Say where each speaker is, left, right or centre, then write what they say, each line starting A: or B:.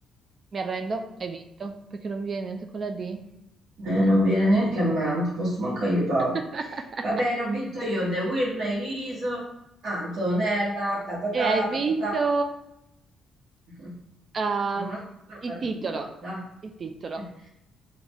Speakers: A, on the right (about 45°); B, on the right (about 70°).
A: Mi arrendo, hai vinto, perché non mi viene niente con la D.
B: Eh,
A: Assurdo.
B: non viene neanche a me, non ti posso manco aiutare.
A: <laughs>
B: Va bene, ho vinto io. The Winner is Antonella. Ta ta ta
A: E hai
B: ta
A: vinto
B: ta ta. <laughs>
A: ah,
B: Un'altra
A: il
B: partita,
A: titolo,
B: dai.
A: il titolo.
B: <laughs>